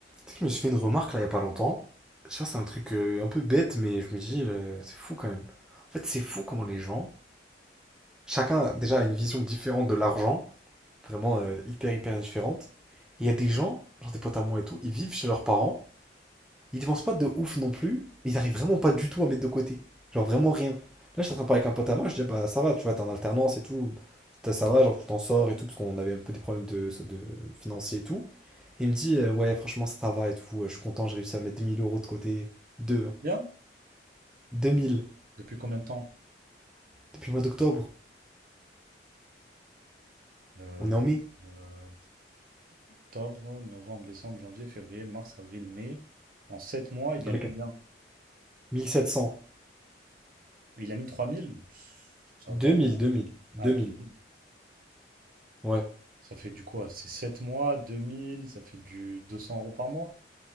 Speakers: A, in the centre; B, on the right.
A: Tu sais que je me suis fait une remarque là il y a pas longtemps. Je sais pas, c'est un truc euh, un peu bête, mais je me dis, euh, c'est fou quand même. En fait, c'est fou comment les gens, chacun déjà a une vision différente de l'argent, vraiment euh, hyper hyper différente. Et Il y a des gens, genre des potes à moi et tout, ils vivent chez leurs parents ils dépensent pas de ouf non plus, mais ils arrivent vraiment pas du tout à mettre de côté. Genre vraiment rien. Là, j'étais en train de parler avec un pote à moi, je dis, Ah bah ça va, tu vois, t'es en alternance et tout. T'as- Ça va, genre tu t'en sors et tout, parce qu'on avait un peu des problèmes de, de financiers et tout. Et il me dit, euh, ouais, franchement, ça va et tout, euh, je suis content, j'ai réussi à mettre deux mille euros de côté. Deux, hein.
B: Bien.
A: deux mille,
B: Depuis combien de temps?
A: Depuis le mois d'octobre,
B: Euh,
A: on est en mai.
B: euh, octobre, novembre, décembre, janvier, février, mars, avril, mai. En 7 mois, il gagne
A: Avec
B: combien?
A: un Mille mille, sept cents.
B: Il a mis 3000. Ça
A: Deux
B: va encore.
A: mille, deux mille, deux
B: Ah,
A: mille.
B: deux mille.
A: Ouais,
B: Ça fait du quoi? C'est 7 mois, 2000. ça fait du 200 euros par mois?